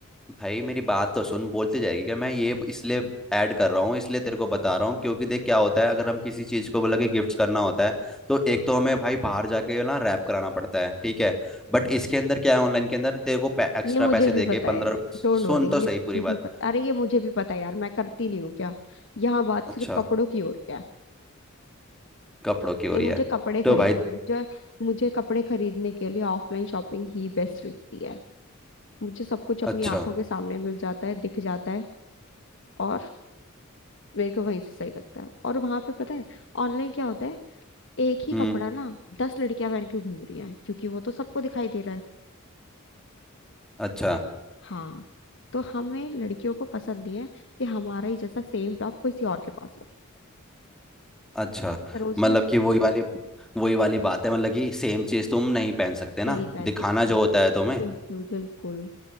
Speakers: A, in the centre; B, on the left (about 60°).
A: भाई मेरी बात तो सुन बोलती जाएगी क्या मैं ये इसलिए ऐड कर रहा हूँ इसलिए तेरे को बता रहा हूँ क्योंकि देख क्या होता है अगर हम किसी चीज को बोला कि गिफ्ट करना होता है तो एक तो हमें भाई बाहर जाके ना रैप कराना पड़ता है ठीक है बट इसके अंदर क्या है ऑनलाइन के अंदर तेरे को एक्स्ट्रा
B: ये मुझे
A: पैसे
B: भी
A: दे
B: पता
A: के
B: है
A: पंद्रह सुन
B: डोंट वरी
A: तो सही
B: ये मुझे
A: पूरी बात
B: भी पता अरे ये मुझे भी पता है यार मैं करती नहीं हूँ क्या यहाँ बात
A: अच्छा
B: सिर्फ कपड़ों की हो रही है
A: कपड़ों की हो
B: ये
A: रही
B: मुझे
A: है
B: कपड़े खरीदने
A: तो भाई
B: हैं मुझे मुझे कपड़े खरीदने के लिए ऑफलाइन शॉपिंग ही बेस्ट लगती है मुझे सब कुछ अपनी
A: अच्छा
B: आंखों के सामने मिल जाता है दिख जाता है और मेरे को वहीं से सही लगता है और वहां पे पता है ऑनलाइन क्या होता है एक ही
A: हम्म
B: कपड़ा ना दस लड़कियां पहन के घूम रही हैं क्योंकि वो तो सबको दिखाई दे रहा है
A: अच्छा
B: हाँ तो हमें लड़कियों को पसंद नहीं है कि हमारा ही जैसा सेम टॉप किसी और के पास हो
A: अच्छा
B: लेकिन सरोजनी
A: मतलब कि वही वाली वही वाली बात है मतलब कि सेम चीज तुम नहीं पहन सकते ना
B: नहीं पहन
A: दिखाना
B: सकते
A: जो होता है तुम्हें
B: बिल्कुल बिल्कुल